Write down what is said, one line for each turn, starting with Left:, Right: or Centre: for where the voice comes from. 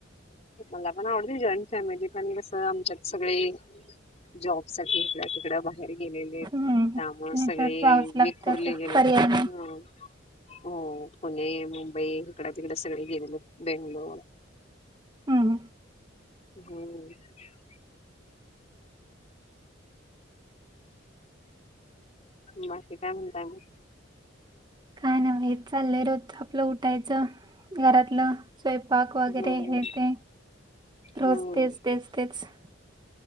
Left: मला पण आवडते जॉईंट फॅमिली पण कसं आमच्यात सगळे जॉब साठी इकड् तिकड्या बाहेर गेलेलेत
Right: हम्म
Left: त्यामुळे सगळे
Right: तर जावंच लागतं
Left: फुर्ली गेलेली
Right: पर्याय नाही
Left: <unintelligible> हो पुणे मुंबई इकड तिकडे सगळे गेलेलेत बेंगलोर
Right: हम्म
Left: हम <unintelligible> बाकी काय म्हणताय मंग?
Right: काय नाही व हे चाललंय रोज आपलं उठायचं <unintelligible> घरातलं स्वयंपाक वगैरे
Left: हम्म
Right: हे ते
Left: हम्म
Right: रोज तेच तेच तेच <unintelligible>